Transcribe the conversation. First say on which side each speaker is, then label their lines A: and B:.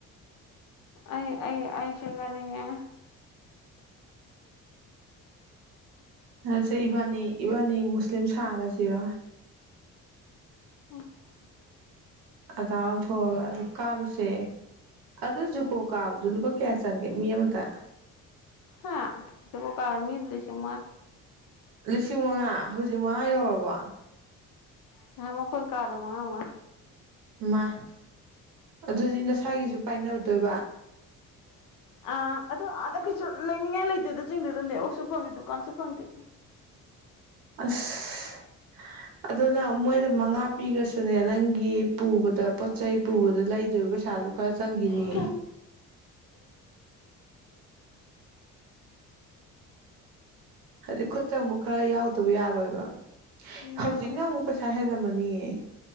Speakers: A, on the left; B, on the right.
A: ꯑꯩ ꯑꯩ ꯑꯩ ꯆꯤꯡ ꯀꯅꯤꯡꯉꯦ꯫
B: ꯅꯠꯇ꯭ꯔ ꯏꯕꯥꯅꯤ ꯏꯕꯥꯅꯤ ꯃꯨꯁꯂꯤꯝ ꯁꯥꯔꯖꯤꯔꯣ꯫
A: <unintelligible>
B: ꯑꯗꯥꯔ ꯑꯣꯟꯊꯣꯛꯑꯒ ꯀꯥꯔꯨꯁꯦ ꯑꯗꯨ ꯖꯨꯀꯣ ꯀꯥꯕꯗꯣ ꯂꯨꯄꯥ ꯀꯌꯥ ꯆꯪꯒꯦ ꯃꯤ ꯑꯃꯗ꯫
A: ꯍꯥ ꯖꯨꯀꯣ ꯀꯥꯕ ꯃꯤ ꯑꯃꯗ ꯂꯤꯁꯤꯡ ꯃꯉꯥ꯫
B: ꯂꯤꯁꯤ ꯃꯉꯥ ꯍꯧꯖꯤꯛ ꯃꯉꯥ ꯌꯧꯔꯕꯣ꯫
A: ꯅꯍꯥꯟꯃꯨꯛ ꯑꯈꯣꯏꯅ ꯀꯥꯕꯗꯣ ꯃꯉꯥ ꯃꯉꯥ ꯫
B: ꯢꯃꯥ ꯑꯗꯨꯗꯤ ꯅꯁꯥꯒꯤꯁꯨ ꯄꯥꯏꯅꯕ <unintelligible>
A: ꯑꯥ ꯑꯗꯨꯣ ꯑꯗ ꯀꯩꯁꯨ ꯂꯩꯅꯤꯡꯉꯥꯏ ꯂꯩꯇꯦꯗ ꯆꯤꯡꯗꯨꯗ ꯅꯦꯠꯋꯥꯛꯁꯨ ꯍꯣꯏ ꯗꯨꯀꯥꯟꯁꯨ ꯐꯪꯗꯦ꯫
B: ꯑꯁ ꯑꯗꯨ ꯅꯪ ꯃꯣꯏꯗ ꯃꯉꯥ ꯄꯤꯒ꯭ꯔꯁꯨꯅꯦ ꯅꯪꯒꯤ ꯄꯨꯕꯗ ꯄꯣꯠ ꯆꯩ ꯄꯨꯕꯗ ꯂꯩꯗꯣꯏꯕ ꯄꯩꯁꯥꯗꯨ ꯈꯔ ꯆꯪꯒꯤꯅꯤ꯫
A: ꯏꯀꯥꯏ
B: ꯍꯥꯏꯗꯤ ꯈꯨꯠꯇ ꯑꯃꯨꯛ ꯈꯔ ꯌꯥꯎꯗꯕ ꯌꯥꯔꯣꯏꯕ꯫
A: ꯌꯥꯔꯣꯏ
B: ꯍꯧꯖꯤꯛꯅ ꯑꯃꯨꯛ ꯄꯩꯁꯥ ꯍꯦꯟꯂꯝꯃꯅꯤ ꯅꯤꯌꯦ꯫